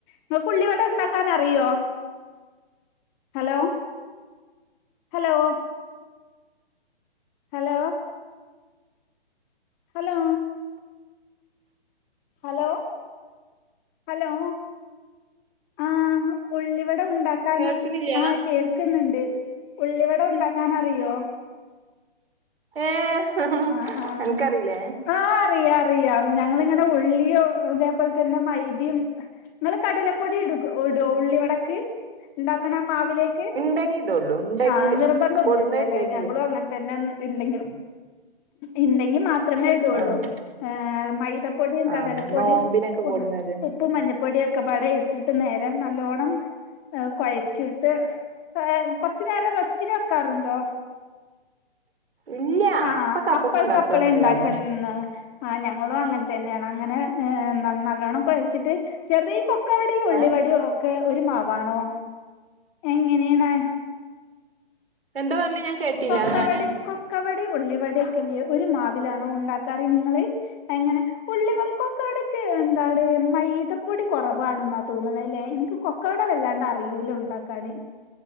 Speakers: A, on the left; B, on the right.
A: ഇങ്ങക്ക് ഉള്ളിവടണ്ടാക്കാൻ അറിയോ hello hello hello hello hello hello ആഹ് ഉള്ളിവട ഉണ്ടാ കാനാ
B: കേൾക്ക്ണില്ല
A: ആഹ് കേൾക്ക്ന്നുണ്ട് ഉള്ളി വട ഉണ്ടാക്കാൻ അറിയോ
B: ഏഹ്
A: ആഹ് ആഹ്
B: അൻക്കറീല്ലേ
A: ആഹ് അറിയാ അറിയാ ഞങ്ങളിങ്ങനെ ഉള്ളിയൊ അതേപോൽതെന്നെ മൈദിം ഇങ്ങള് കടലപ്പൊടി ഇടു ഉടോ ഉള്ളി വടക്ക് ഇണ്ടാക്കിണ മാവിലേ ക്
B: ഇണ്ടെങ്കി ഇടൊള്ളൂ ഇണ്ടെങ്കില്
A: ആഹ് നിർബന്ധൊന്നുല്ല്യ
B: കൊടുന്നത് ഇണ്ടെങ്കില്
A: ലേ ഞങ്ങളും അങ്ങൻ തന്നെ ഇണ്ടെങ്കി ഇണ്ടെങ്കി മാ ത്രമേ ഇടൊള്ളൂ
B: ആഹ്
A: ഏഹ് മൈദപ്പൊടിം
B: ആഹ്
A: കടലപ്പൊടിം
B: നോമ്പിനൊക്കെ കൊട്ന്നത്
A: ഉ പ്പും മഞ്ഞപ്പൊടിയൊക്കെപ്പാടെ ഇട്ടിട്ട് നേരെ നല്ലോണം ഏഹ് കൊയച്ചിട്ട് ഏഹ് കുർച്ച്നേരം റെസ്റ്റിന് വക്കാറുണ്ടോ
B: ഇല്ല
A: ആഹ്
B: അപ്പൊക്ക് അപ്പൊക്ക്
A: അപ്പൾക്കപ്പളേ
B: ഇണ്ടാക്കാന്നല്ലാതെ
A: ഇണ്ടാക്കന്ന് ആഹ് ഞങ്ങളും അങ്ങൻ തന്ന്യാണ് അങ്ങനെ ഏഹ് ന നല്ലോണ്ണം കൊയ്ച്ചിട്ട് ചെറ്യെ കൊ- ക്കവടിം ഉള്ളിവടിം
B: ഏഹ്
A: ഒക്കെ ഒരു മാവാണോ എങ്ങനെയാണ്
B: എന്താ പർഞ്ഞെ ഞാൻ കേട്ടില്ല
A: കൊക്കവടെ
B: ഞാന്
A: കൊക്കവടി ഉള്ളിവടി ഒക്കെല്ലേ ഒരു മാവിലാണോ ഉണ്ടാക്കാറ് നിങ്ങള് എങ്ങനെ ഉള്ളിവ ഉം കൊക്കവടക്ക് എന്താണ് മൈദപ്പൊടി കൊറവാണ്ന്നാ തോന്നിണ ല്ലേ ഇൻക്ക് കൊക്കവട വല്ലാണ്ട് അറിയൂല ഉണ്ടാക്കാന്